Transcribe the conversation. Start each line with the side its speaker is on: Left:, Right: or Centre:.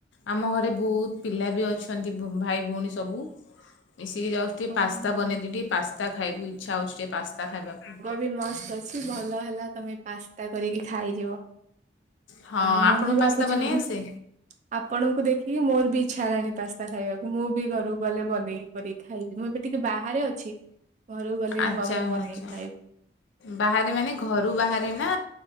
Left: ଆମ ଘରେ ବହୁତୁ ପିଲା ବି ଅଛନ୍ତି ଭାଇ ଭୋଉଣୀ ସବୁ। ମିଶିକି ଯାଉଚି ଟିକିଏ
Right: ହଁ
Left: ପାସ୍ତା ବନେଇବି ପାସ୍ତା ଖାଇବୁ ଇଚ୍ଛା ହେଉଛି ଟିକେ ପାସ୍ତା ଖାଇବାକୁ।
Right: ବିମସ୍ତ ଅଛି ଭଲ ହେଲା ତମେ ପାସ୍ତା କରିକି ଖାଇଯିବ।
Left: ହଁ
Right: ନା ମୁଁ
Left: ଆପଣଙ୍କୁ
Right: ବି ଭାବୁଚି
Left: ପାସ୍ତା ବନେଇ
Right: ମୁଁ।
Left: ଆସେ
Right: ଆପଣଙ୍କୁ ଦେଖିକି ମୋର ବି ଇଚ୍ଛା ହେଲାଣି ପାସ୍ତା ଖାଇବାକୁ ମୁଁ ବି ଘରକୁ ଗଲେ ବନେଇକି କରି ଖାଇବି। ମୁଁ ଏବେ ଟିକେ ବାହାରେ ଅଛି ଘରକୁ ଗଲେ ହିଁ
Left: ଆଚ୍ଛା
Right: ମୁଁ ବନେଇକି
Left: ଆଚ୍ଛା।
Right: ଖାଇବି।
Left: ବାହାରେ ମାନେ ଘରୁ ବାହାରେ ନା